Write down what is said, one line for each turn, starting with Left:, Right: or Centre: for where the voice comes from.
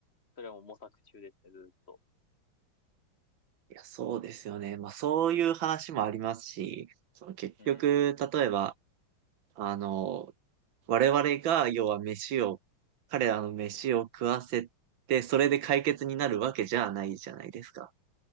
Left: それはもう模索中ですね、ずーっと。
Right: いや、そうですよね。まあそういう話もありますし、
Left: うん。
Right: その結局、
Left: うん。
Right: 例えば、あの、我々が、要は飯を、彼らの飯を食わせて、それで解決になるわけじゃないじゃないですか。